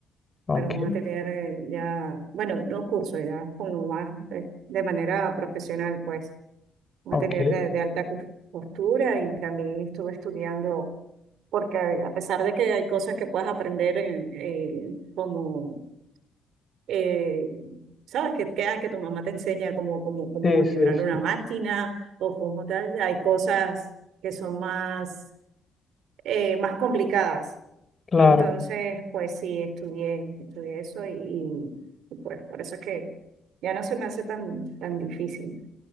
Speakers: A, on the left; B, on the right.
A: Ok,
B: pero vamos a tener eh, ya, bueno, no cursos, ya como más eh, de manera profesional, pues, un
A: ok.
B: atelier de, de alta cos- costura y también estuve estudiando, porque a a pesar de que hay cosas que puedes aprender eh, eh, como, eh, sabes, que, que, ah, que tu mamá te enseña cómo, cómo, cómo
A: Sí,
B: enhebrar
A: sí,
B: una
A: sí.
B: máquina o cómo tal, hay cosas que son más, eh, más complicadas
A: Claro.
B: entonces, pues sí, estudié, estudié eso y, y- y, pues por eso es que ya no se me hace tan, tan difícil.